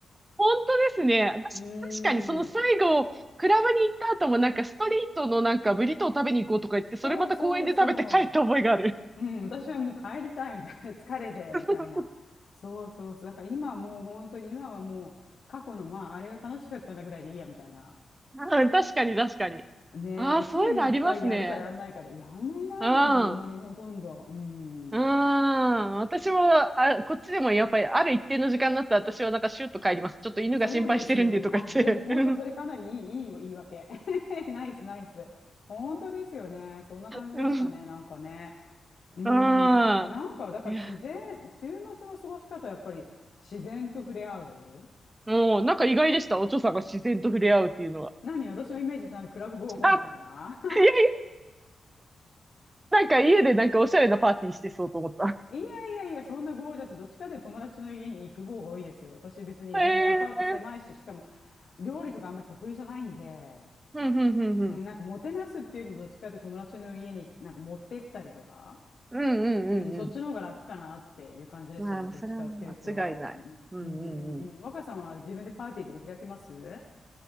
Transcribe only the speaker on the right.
本当ですね。私確かにその最後、
クラブに行った後もなんかストリートのなんかブリトーを食べに行こうとか言って、それまた公園で食べて帰った覚えがある。
<laughs>
うん確かに確かに。
ああ、
そういうのありますね。
うん。
うん。私も、あ、こっちでもやっぱりある一定の時間になったら私はなんかシュッと帰ります。ちょっと犬が心配してるんでとか言って。
うん。
うん。
うん
いや
もうなんか意外でした。お嬢さんが自然と触れ合うっていうのは。
<laughs> あ、いやいやなんか家でなんかおしゃれなパーティーしてそうと思った。
<laughs> へえ。
うん、うん、うん、うん。
うん、うん、
うん、うん。まあ、
それは間違いない。
うん、うん、う